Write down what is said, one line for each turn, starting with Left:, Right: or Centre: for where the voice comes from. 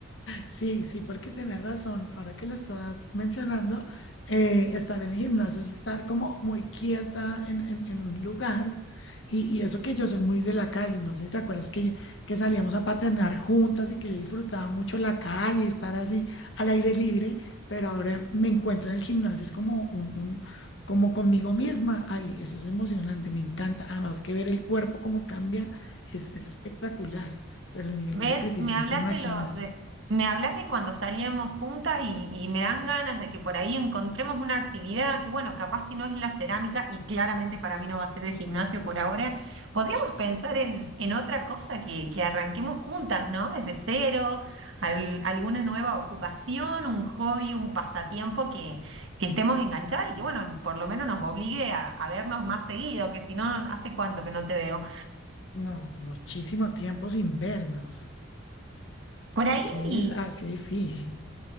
Left: Sí, sí, porque tienes razón. Ahora que lo estás mencionando, eh, estar en el gimnasio es estar como muy quieta en, en- en un lugar. Y, y eso que yo soy muy de la calle, no sé si te acuerdas que, que salíamos a patinar juntas y que yo disfrutaba mucho la calle, estar así al aire libre, pero ahora me encuentro en el gimnasio, es como un, un- como conmigo misma. Ay, eso es emocionante, me encanta. Además que ver el cuerpo cómo cambia es, es espectacular, pero el nivel
Right: ¿Ves?
Left: de sacrificio
Right: Me hablas
Left: no te imaginas.
Right: de lo de, me hablas de cuando salíamos juntas y, y me dan ganas de que por ahí encontremos una actividad que, bueno, capaz si no es la cerámica y claramente para mí no va a ser el gimnasio por ahora, podríamos pensar en, en otra cosa que, que arranquemos juntas, ¿no? Desde cero, al- alguna nueva ocupación, un hobby, un pasatiempo que, que estemos enganchadas y que, bueno, por lo menos nos obligue a, a vernos más seguido, que si no, ¿hace cuánto que no te veo?
Left: No, muchísimo tiempo sin vernos.
Right: Por
Left: Es
Right: ahí.
Left: que es así difícil.